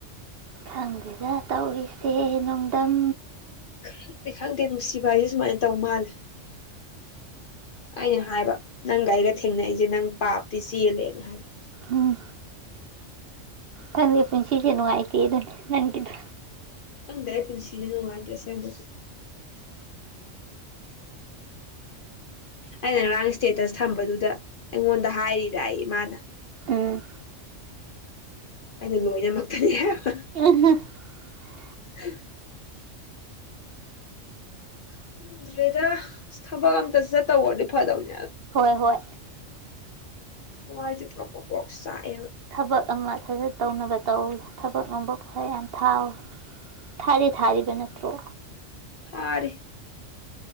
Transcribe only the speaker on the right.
ꯈꯪꯗꯦꯗ ꯇꯧꯔꯤꯁꯦ ꯅꯣꯡꯗꯝ
ꯎꯝ ꯈꯪꯗꯦ ꯄꯨꯟꯁꯤꯁꯦ ꯅꯨꯡꯉꯥꯏꯇꯦ ꯑꯗꯨꯅꯤ ꯅꯪꯒꯤꯗꯣ
ꯎꯝ
<unintelligible>
ꯍꯣꯏ ꯍꯣꯏ
ꯊꯕꯛ ꯑꯃ ꯊꯥꯖ ꯇꯧꯅꯕ ꯇꯧ ꯊꯕꯛ ꯅꯣꯝꯕ ꯈꯔ ꯌꯥꯝ ꯊꯥꯎ ꯊꯥꯗꯤ ꯊꯥꯔꯤꯕ ꯅꯠꯇ꯭ꯔꯣ